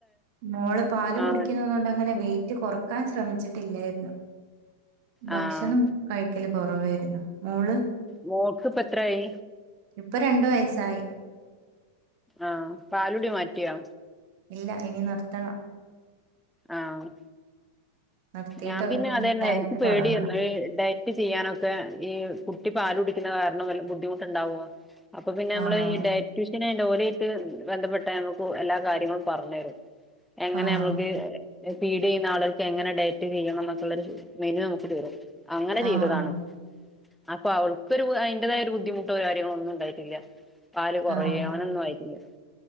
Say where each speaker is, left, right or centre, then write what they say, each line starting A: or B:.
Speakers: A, on the right; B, in the centre.
A: മോള് പാല്
B: ആഹ്
A: കുടിക്കുന്നതോൺ അങ്ങനെ വെയിറ്റ് കൊറക്കാൻ ശ്രമിച്ചിട്ടില്ലായ്രുന്നു ഭക്ഷണം
B: ആഹ്
A: ഭക്ഷണം കഴിക്കല് കൊറവായിരുന്നു മോള്
B: മോൾക്ക് ഇപ്പൊ എത്രായി
A: ഇപ്പൊ രണ്ട് വയസ്സായി
B: ആഹ് പാലുടി മാറ്റിയോ
A: ഇല്ല ഇനി നിർത്തണം
B: ആഹ്
A: നിർത്തിയിട്ട്
B: ഞാൻ പിന്നെ
A: ഇതായിട്ട്
B: അതെന്നെ എനിക്ക് പേടിയായിരുന്നു.
A: തുടങ്ങണം
B: കുട്ടി ചെയ്യാനൊക്കെ ഈ കുട്ടി പാല കുടിക്കുന്ന കാരണം വല്ല ബുദ്ധിമുട്ടുണ്ടാവോ അപ്പൊ പിന്നെ നമ്മള്
A: ആഹ്
B: ഈ ഡയ ട്യൂഷൻ കാലി ആയിട്ട് ബന്ധപ്പെട്ട നമുക്ക് എല്ലാ കാര്യങ്ങളും പറഞ്ഞു തരും. എങ്ങനെ
A: ആഹ്
B: നമ്മൾക്ക് ഫീഡ് ചെയ്യുന്ന ആളുകക്ക് എങ്ങനെ ഡയറ്റ് ചെയ്യണം എന്നൊക്കുള്ള ഒരു മെനു നമുക്ക് തരും. അങ്ങനെ
A: ആഹ്
B: ചെയ്തതാണ്.
A: ആഹ്
B: അപ്പൊ അവൾക്കൊരു അതിന്റതായ ഒരു ബുദ്ധിമുട്ടോ കാര്യങ്ങളോ ഒന്നും ഉണ്ടായിട്ടില്ല. പാല് കുറയ
A: ആഹ്
B: അങ്ങനൊന്നും ആയിട്ടില്ല